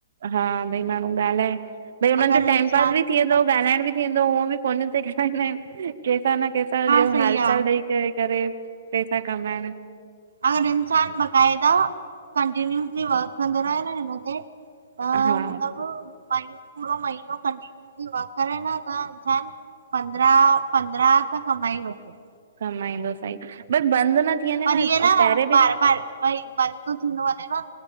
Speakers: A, on the right; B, on the right.
A: हा भई माण्हू ॻाल्हाए भई हुननि
B: अगरि
A: जो टाइम
B: इंसान
A: पास बि थी
B: मतिलबु
A: वेंदो ॻाल्हाइण बि थी वेंदो उहो बि फोनन ते गालाईंदा आहिनि कंहिंसा न कंहिंसां
B: हा सही
A: हाल
B: आहे।
A: चाल ॾेई करे। करे पैसा कमाइणु
B: अगरि इंसान बाक़ाइदा कंटिन्यूनिटली वर्क कंदो रयो न हिन ते त
A: हा
B: मतिलब म पूरो महीनो कंटिन्यू ई वर्क करे न त इंसान पंद्रह पंद्रहां त कमाई वठे
A: कमाईंदो सई बट बंदि न थी वञे
B: पर ईअ न
A: पहिरे बि
B: बार बार भई बंदि थो थींदो वञे न